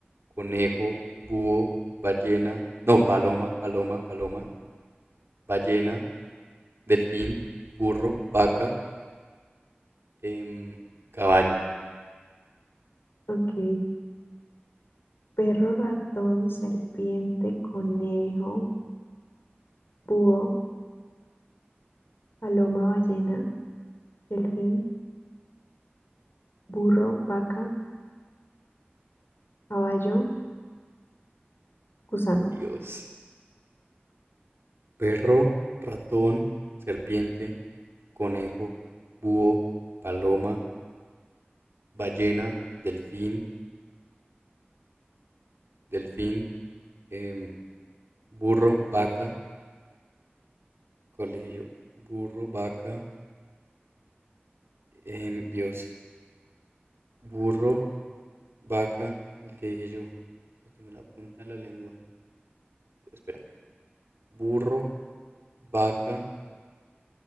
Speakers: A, on the right; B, on the left.
A: conejo, búho, ballena, no, paloma, paloma, paloma, ballena, delfín, burro, vaca, em, caballo.
B: Ok. Perro, ratón, serpiente, conejo, búho, paloma, ballena, delfín, burro, vaca, caballo, gusano.
A: Dios. Perro, ratón, serpiente, conejo, búho, paloma, ballena, delfín, delfín, em, burro, vaca. ¿Cuál dije yo? Burro, vaca. em, Dios. burro, vaca, el que dije yo. no tengo en la punta de la lengua. Espera. Burro, vaca.